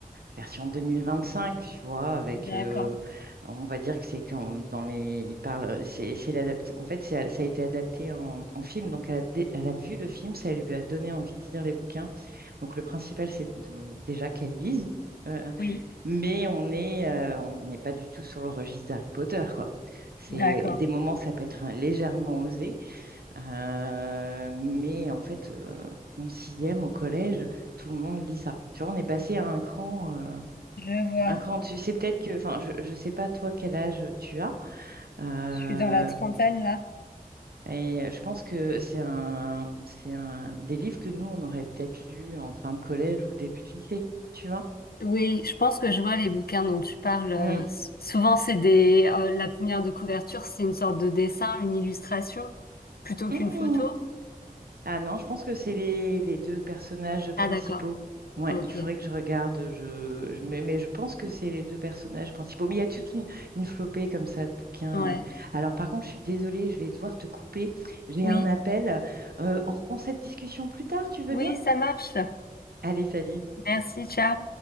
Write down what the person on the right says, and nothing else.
version 2025, tu vois, avec
euh, on va dire que c'est quand dans les il parle c'est c'est l'adapt- en fait c'est- ça a été adapté en, en film, donc elle a, dé- elle a vu le film, ça lui a donné envie de lire les bouquins. Donc le principal c'est de- déjà qu'elle lise. Euh,
Mais on n'est euh, on n'est pas du tout sur le registre d'Harry Potter, quoi. C'est
des moments, ça peut être un- légèrement osé, euh, mais en fait, euh, en sixième au collège, tout le monde lit ça. Tu vois, on est passé à un cran, euh,
un cran dessus. C'est peut-être que, enfin, je, je sais pas toi quel âge tu as, euh,
et je pense que c'est un, c'est un des livres que nous on aurait peut-être lu en fin de collège ou début de lycée, tu vois.
Mm.
Mm.
Ah non, je pense que c'est les, les deux personnages principaux.
Ouais,
il faudrait que je regarde. Je, je- mais, mais je pense que c'est les deux personnages principaux. Mais il y a toute une, une flopée comme ça de bouquins.
euh. Alors par contre, je suis désolée, je vais devoir te couper. J'ai
un appel. Euh, on reprend cette discussion plus tard, tu veux
bien?
Allez, salut.